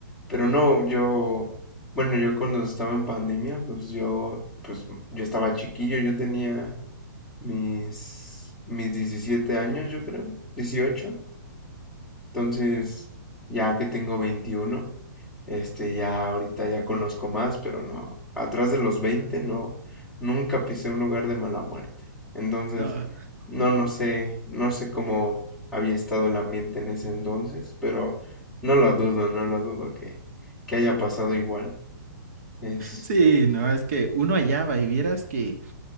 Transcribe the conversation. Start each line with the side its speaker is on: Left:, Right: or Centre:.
Centre: pero no, yo, bueno, yo cuando estaba en pandemia, pues yo, pues yo estaba chiquillo, yo tenía mis, mis 17 años, yo creo, dieciocho Entonces, ya que tengo veintiuno este, ya ahorita ya conozco más, pero no, atrás de los 20 no, nunca pisé un lugar de mala muerte. Entonces,
Right: No,
Centre: no, no sé, no sé cómo había estado el ambiente en ese entonces, pero no lo dudo, no lo dudo que, que haya pasado igual. Es...
Right: sí, no, es que uno allá va y vieras que